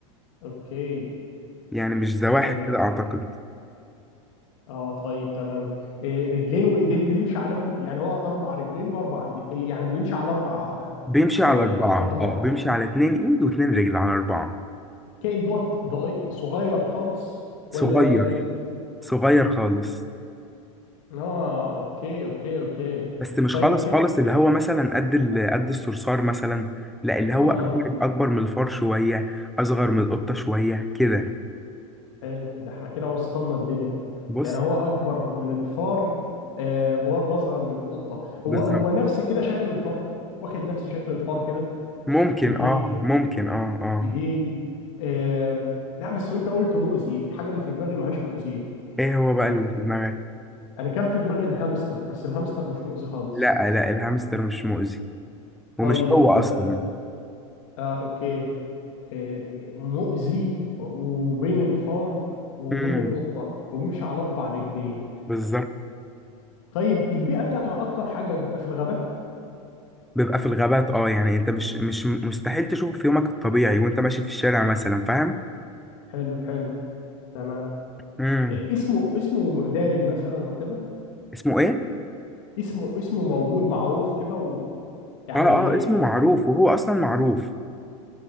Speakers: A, on the left; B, in the centre.
A: اوكي
B: يعني مش زواحف
A: طيب
B: كده اعتقد
A: اه طيب تمام إيه رجلين وايدين بيمشي عليهم ال- يعني هو اربع رجلين واربع ايدين إيه، يعني بيمشي على اربع آه،
B: بيمشي
A: آه،
B: على أربعة
A: اطراف
B: اه بيمشي على اتنين ايد واتنين رجل على أربعة
A: كائن دوت ضئي- صغير خالص
B: صغير
A: ولا ولا كبير
B: صغير
A: امم
B: خالص
A: اه اوكي اوكي اوكي
B: بس مش
A: طيب
B: خالص
A: الكائن
B: خالص اللي هو مثلا قد ال- قد الصرصار مثلا لا اللي هو
A: اه
B: اكبر
A: اه
B: اكبر من الفار شويه اصغر من القطه شويه كده
A: حلو ده احنا كده وصلنا الدنيا
B: بص
A: يعني هو اكبر من الفار آه، و- واصغر من القطه
B: بالظبط
A: هو هو نفس كده شكل الفار واخد نفس شكل الفار كده
B: ممكن
A: بديل
B: اه ممكن اه اه
A: بديل آه، لا بس وانت قلت مؤذي الحاجه اللي في دماغي ما هيش مؤذيه
B: ايه هو بقى
A: آه،
B: اللي في دماغك
A: انا كان في دماغي الهامستر بس الهامستر مش مؤذي خالص
B: لا لا الهامستر مش مؤذي ومش
A: طيب
B: هو اصلا
A: آه آه، اوكي آه، مؤذي وبين الفار وبين
B: امم
A: القطه وبيمشي على اربع رجلين
B: بالظبط
A: طيب البيئة بتاعته أكتر حاجة بيبقى في الغابات
B: بيبقى في الغابات اه يعني انت مش مش مستحيل تشوفه في يومك الطبيعي وانت ماشي في الشارع مثلا فاهم
A: حلو حلو تمام
B: امم
A: إيه اسمه اسمه دارج مثلا وكده
B: اسمه ايه
A: اسمه اسمه موجود معروف كده و... يعني
B: اه اه اسمه معروف وهو اصلا معروف